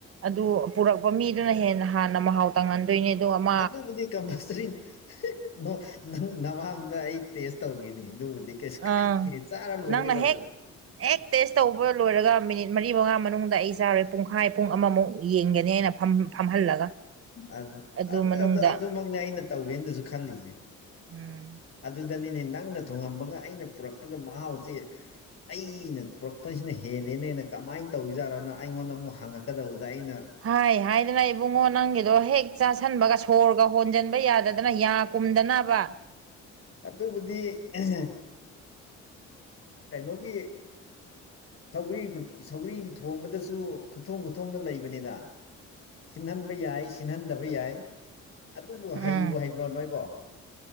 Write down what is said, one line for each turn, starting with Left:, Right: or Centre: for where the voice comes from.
Right: ꯑꯗꯨ ꯄꯨꯔꯛꯄ ꯃꯤꯗꯨꯅ ꯍꯦꯟꯅ ꯍꯥꯟꯅ ꯃꯍꯥꯎ ꯇꯪꯍꯟ ꯗꯣꯢꯅꯦ ꯗꯨ ꯑꯃꯨꯛ
Left: ꯑꯗꯨꯕꯨꯗꯤ ꯀꯝꯄꯜꯁꯔꯤ ꯍꯦ ꯍꯦ ꯅꯣ ꯅꯪ ꯅꯃꯥꯡꯗ ꯑꯩ ꯇꯦꯁ ꯇꯧꯒꯦꯅꯤ ꯑꯗꯨꯕꯨꯗꯤ ꯀꯩꯁꯨ
Right: ꯑꯥ
Left: ꯀꯥꯏꯗꯦ ꯆꯥꯔ ꯂꯣꯏꯔꯦ
Right: ꯅꯪꯅ
Left: ꯀꯩꯗꯧꯔꯒ
Right: ꯍꯦꯛ ꯍꯦꯛ ꯇꯦꯁ ꯇꯧꯕ ꯂꯣꯏꯔꯒ ꯃꯤꯅꯤꯠ ꯃꯔꯤ ꯃꯉꯥ ꯃꯅꯨꯡꯗ ꯑꯩ ꯆꯥꯔꯣꯏ ꯄꯨꯡꯈꯥꯏ ꯄꯨꯡ ꯑꯃꯃꯨꯛ ꯌꯦꯡꯒꯅꯤ ꯑꯩꯅ ꯐꯝ ꯐꯝꯍꯜꯂꯒ
Left: ꯑꯠ
Right: ꯑꯗꯨ
Left: ꯑꯠ
Right: ꯃꯅꯨꯡꯗ
Left: ꯑꯠ ꯑꯗꯨꯃꯛꯅꯦ ꯑꯩꯅ ꯇꯧꯒꯦꯅꯁꯨ ꯈꯜꯂꯤꯖꯦ
Right: ꯎꯝ
Left: ꯑꯗꯨꯗꯅꯤꯅꯦ ꯅꯪꯅ ꯊꯣꯉꯝꯕꯒ ꯑꯩꯅ ꯄꯨꯔꯛꯄꯒ ꯃꯍꯥꯎꯆꯦ ꯑꯩꯅ ꯄꯨꯔꯛꯄꯁꯤꯅ ꯍꯦꯜꯂꯦꯅꯦꯅ ꯀꯃꯥꯏꯅ ꯇꯧꯏꯖꯥꯠꯂꯣꯅꯣ ꯑꯩꯉꯣꯟꯗ ꯑꯃꯨꯛ ꯍꯪꯉꯛꯀꯗꯧꯕꯗ ꯑꯩꯅ
Right: ꯍꯥꯏ ꯍꯥꯏꯗꯅ ꯏꯕꯨꯡꯉꯣ ꯅꯪꯒꯤꯗꯣ ꯍꯦꯛ ꯆꯥꯁꯟꯕꯒ ꯁꯣꯔꯒ ꯍꯣꯟꯖꯟ ꯕ ꯌꯥꯗꯗꯅ ꯌꯥ ꯀꯨꯝꯗꯅꯕ
Left: ꯑꯗꯨꯕꯨꯤ ꯑꯍꯥ ꯀꯩꯅꯣꯒꯤ ꯁꯧꯒꯔꯤ ꯈꯨꯠ ꯁꯧꯒꯔꯤ ꯊꯣꯡꯕꯗꯁꯨ ꯈꯨꯊꯣꯡ ꯈꯨꯊꯣꯡꯗ ꯂꯩꯕꯅꯤꯗ ꯁꯤꯟꯍꯟꯕ ꯌꯥꯏ ꯁꯤꯟꯍꯟꯗꯕ ꯌꯥꯏ ꯑꯗꯨꯕꯨ
Right: ꯎꯝ
Left: ꯍꯩꯕꯨ ꯍꯩꯕ꯭ꯔꯣ ꯅꯣꯏꯕꯣ